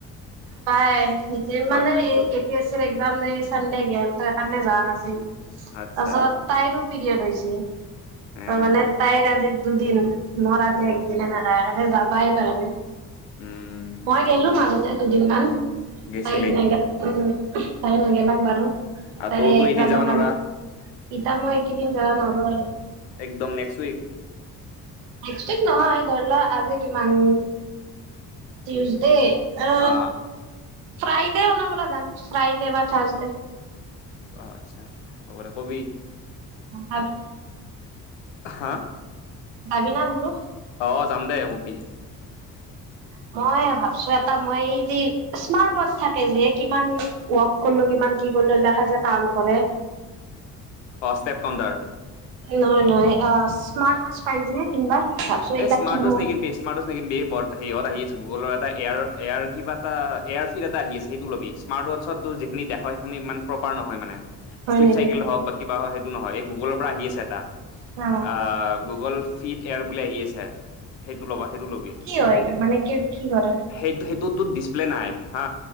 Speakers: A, on the right; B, on the left.
A: বাই নিজে মানে
B: অ
A: <unintelligible> চানডে গে'ল তাৰকাৰণে যোৱা নাছিল। তাৰপিছত
B: আচ্ছা
A: তাইৰো পৰিড হৈছে,
B: এ
A: তাৰ মানে তাইৰ আজি দুদিন। মোৰ আজি
B: অ
A: একদিন এনেকা সেইকৰণে যাবাই পাৰ নাই।
B: উম।
A: মই গেলো মাজতে দুদিন মান,
B: গেছিলি
A: তাই নেগেল উম। তাই নেগেলাক বাৰু
B: আৰু
A: তইৰ
B: তইতো
A: একজামৰ
B: এদিন যাবা
A: কাৰণে।
B: নোৱাৰা
A: ইতা মই এককেইদিন যোৱা নহ'ব আৰু।
B: একদম নেক্সট উইক।
A: <unintelligible> নহয় ধৰি লোৱা আজি কিমান টিউচডে অ
B: হা
A: ফ্ৰাইডেনা <unintelligible> যাম ফ্ৰাইডে বা থাৰ্চদে
B: অ আচ্ছা হ'ব দে কবি।
A: যাবি
B: হা?
A: <unintelligible>
B: অ যাম দেই কবি।
A: <inaudible> মই ভাবছো এটা মই এই যে স্মাৰ্ট ওৱাচ থাকে যে কিমান ৱৰ্ক কৰিলো কি মান কি কৰিল দেখা যায় কাম কৰে।
B: অ ষ্টেপ কাউণ্টাৰ।
A: নহয় নহয় স্মাৰ্ট ৱাচ পাইছ নে কিনিবা। ভাবছো এইবিলাক
B: এই স্মাৰ্ট
A: কিনো
B: ওৱাচ নিকিনিবি স্মাৰ্ট ওৱাচ নিকিনিবি, বৰ সেহঁত আহি আছে গুগলৰ এটা এয়াৰ এয়াৰ কিবা এটা এয়াৰ ফিড এটা আহি আছে, সেইটো লবি স্মাৰট ওৱাছো যিখিনি দেখা সেইখিনি ইমান প্ৰপাৰ নহয় মানে।
A: হয়
B: শ্লিপ
A: নেকি
B: চাইকেল হওক বা কিবা হওক সেইটো নহয়, এই গুগলৰ পৰা আহি আছে এটা,
A: অ'
B: আহ গুগল ফিট এয়াৰ বুলি আহি আছে সেইটো ল'বা। সেইটো লবি।
A: কি হয় এইটো মানে কি কি কৰে
B: সেইটো সেইটোত টোত ডিস্পলে নাই হা,